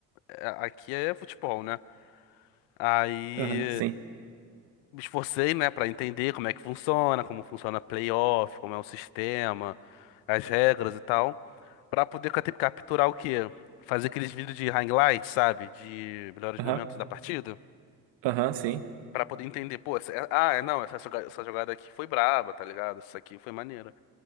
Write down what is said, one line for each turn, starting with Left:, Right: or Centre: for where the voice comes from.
Left: é- aqui é futebol, né? Aí.
Right: aham, sim.
Left: me esforcei, né, para entender como é que funciona, como funciona playoff, como é o sistema, as regras e tal, para poder cate- capturar o quê? Fazer aqueles vídeos de highlights, sabe? De melhores
Right: Aham,
Left: momentos da partida,
Right: aham, sim.
Left: para poder entender, pô, essa, é, ah, é, não, essa, joga- essa jogada aqui foi braba, tá ligado? Isso aqui foi maneira.